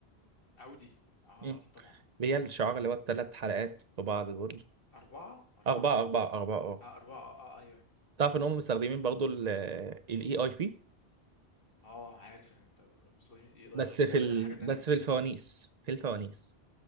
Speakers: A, on the left (about 60°); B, on the right (about 50°).
A: اودي اه
B: م.
A: اكيد طبعا
B: اللي هي الشعار اللي هو الثلاث حلقات في بعض دول
A: اربعه اربعه
B: اربعه اربعه اربعه اه
A: اه أربعة اه اه أيوه أيوه
B: تعرف ان هم مستخدمين برضو الاي اي في
A: اه عارف إن أنت مستخدمين إيه ده
B: بس
A: إيه ده طب
B: في
A: أقول
B: ال...
A: لك أنا حاجة تانية
B: بس في الفوانيس في الفوانيس